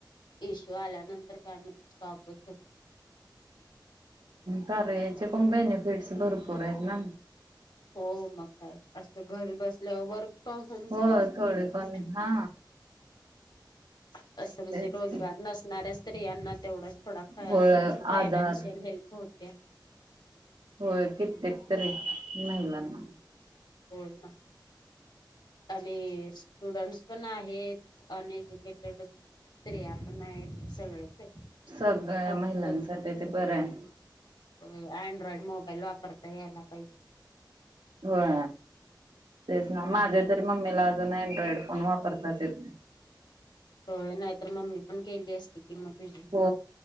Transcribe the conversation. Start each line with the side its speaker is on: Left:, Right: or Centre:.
Left: इशू आल्यानंतर काय मगं स्टॉपच होतो
Right: कार्याचे पण बेनिफिट्स भरपूर आहेत ना
Left: हो मग काय अस घरी बसल्यावर वर्क. प्रॉम सारखच
Right: होय थोडे
Left: झालं ना.
Right: पण हा
Left: <inaudible> असं म्हणजे
Right: तेच
Left: रोजगार
Right: की
Left: नसणाऱ्या स्त्रियांना तेवढंच थोडा
Right: होय
Left: थोडीशी फायनान्शियल
Right: आधार
Left: हेल्प होते.
Right: होय कित्येक तरी महिलांना.
Left: होय ना. आणि स्टुडंट्स पण आहेत अनएज्युकेटेड. स्त्रिया आपण आहेत सगळेच
Right: सगळ्या
Left: <unintelligible> फक्त
Right: महिलांसाठी ते बरं आहे.
Left: अ अँड्रॉइड मोबाईल वापरता यायला पाहिजे. फक्त
Right: होय तेच ना
Left: हम्म,
Right: माझे तरी मम्मीलाच अजून अँड्रॉइड फोन वापरताच येत नाही.
Left: होय नाहीतर मम्मी पण केली असती. कि मग तुझी.
Right: हो